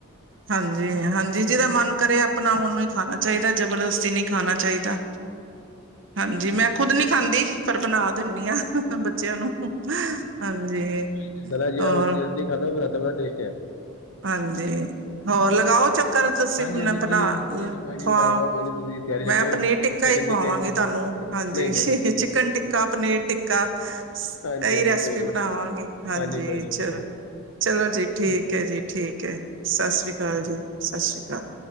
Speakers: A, on the right; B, on the left.
A: ਹਾਂਜੀ-ਹਾਂਜੀ, ਜਿਦਾ ਮਨ ਕਰੇ ਆਪਨਾਂ ਓਨੂੰ ਹੀ ਖਾਨਾ ਚਾਈਦਾ, ਜਬਰਦਸਤੀ ਨੀ ਖਾਨਾ ਚਾਈਦਾ। ਹਾਂਜੀ, ਮੈਂ ਖੁਦ ਨੀ ਖਾਂਦੀ ਪਰ ਬਨਾ ਦਿੰਨੀ ਆਂ ਬੱਚਿਆਂ ਨੂੰ।
B: ਤੁਸੀ
A: ਹਾਂਜੀ
B: ਬਨਾ ਯਾ
A: ਹੋਰ
B: ਨੀ ਖਾਧਾ ਤੁਆਡੇ ਹੱਥ ਦਾ ਬੜਾ ਟੇਸਟ ਏ।
A: ਹਾਂਜੀ, ਹੋਰ ਲਗਾਓ ਚੱਕ ਘਰ ਤੁਸੀਂ
B: ਹਾਂਜੀ,
A: ਬਨਾਂ
B: ਹਾਂਜੀ ਕੋਈ ਨੀ ਕੋਈ ਨੀ ਕੋਈ ਨੀ
A: ਖਵਾ
B: ਮੈਂ ਆਵਾਂਗਾ ਕੋਈ ਨੀ ਤੁਸੀਂ ਤਿਆਰੀ
A: ਮੈਂ
B: ਰੱਖੋ।
A: ਪਨੀਰ ਟਿੱਕਾ
B: ਚਿਕਨ
A: ਈ ਖਵਾਵਾਂਗੀ
B: ਟਿੱਕੇ ਦੀ
A: ਤੁਹਾਨੂੰ।
B: ਹਾਂ,
A: ਹਾਂਜੀ,
B: ਨਹੀਂ, ਨਹੀਂ
A: ਚਿਕਨ ਟਿੱਕਾ, ਪਨੀਰ ਟਿੱਕਾ
B: ਹਾਂਜੀ,
A: ਏਈ
B: ਹਾਂਜੀ
A: ਰੈਸਪੀ
B: ਕੋਈ ਨੀ
A: ਬਨਾਵਾਂਗੀ। ਹਾਂਜੀ,
B: ਕੋਈ ਨੀ
A: ਚਲ
B: ਕੋਈ ਨੀ
A: ਚਲੋ ਜੀ ਠੀਕ ਐ ਜੀ, ਠੀਕ ਏ, ਸਤਿ ਸ੍ਰੀ ਅਕਾਲ ਜੀ, ਸਤਿ ਸ਼੍ਰੀ ਅਕਾਲ।